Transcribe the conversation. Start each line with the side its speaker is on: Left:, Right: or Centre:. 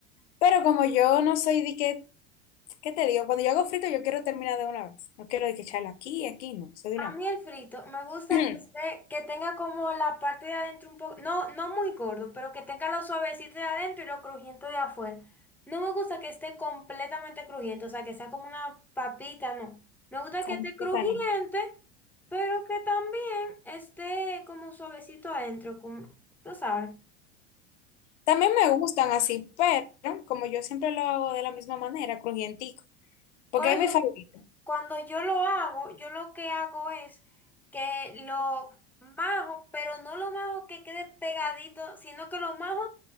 Left: Pero como yo no soy de que, ¿qué te digo? Cuando yo hago frito, yo quiero terminar de una vez. No quiero de que echarlo aquí y aquí, no, soy de
Centre: A
Left: una
Centre: mí el frito me gusta
Left: vez.
Centre: que esté, que tenga como la parte de adentro un poco, no, no muy gordo, pero que tenga lo suavecito de adentro y lo crujiente de afuera. No me gusta que esté completamente crujiente, o sea, que sea como una papita, no. Me
Left: <clears throat>
Centre: gusta
Left: Con
Centre: que esté crujiente,
Left: platanito.
Centre: pero que también esté como suavecito adentro, como, tú sabes.
Left: También me gustan así, pero como yo siempre lo hago de la misma manera, crujientico, porque
Centre: Por eso,
Left: es mi favorito.
Centre: cuando yo lo hago, yo lo que hago es que lo majo, pero no lo majo que quede pegadito, sino que lo majo,